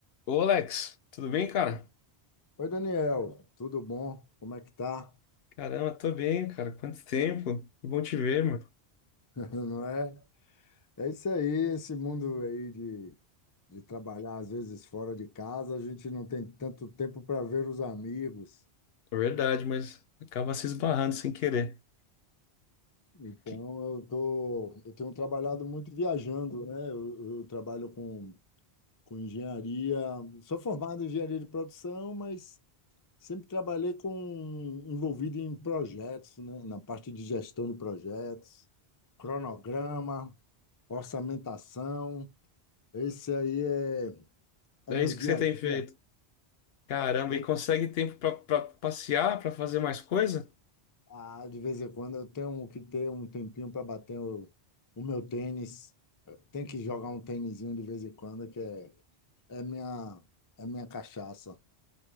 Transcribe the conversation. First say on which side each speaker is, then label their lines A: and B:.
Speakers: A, on the left; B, on the left.
A: Ô, Alex, tudo bem, cara?
B: Oi, Daniel, tudo bom? Como é que tá?
A: Caramba, tô bem, cara. Quanto tempo? Que bom te ver, meu.
B: <laughs> Não é? É isso aí, esse mundo aí de, de trabalhar às vezes fora de casa, a gente não tem tanto tempo para ver os amigos.
A: É verdade, mas acaba se esbarrando sem querer.
B: Então
A: Que-
B: eu tô, eu tenho trabalhado muito viajando, né? Eu, eu trabalho com com engenharia. Sou formado em engenharia de produção, mas sempre trabalhei com envolvido em projetos, né? Na parte de gestão de projetos, cronograma, orçamentação. Esse aí é, é
A: É
B: meu
A: isso
B: dia
A: que você tem
B: a dia.
A: feito. Caramba,
B: E-
A: e consegue tempo pra, pra passear, pra fazer mais coisa?
B: ah, de vez em quando eu tenho que ter um tempinho para bater o, o meu tênis. Tem que jogar um tênisinho de vez em quando, que é, é minha, é minha cachaça.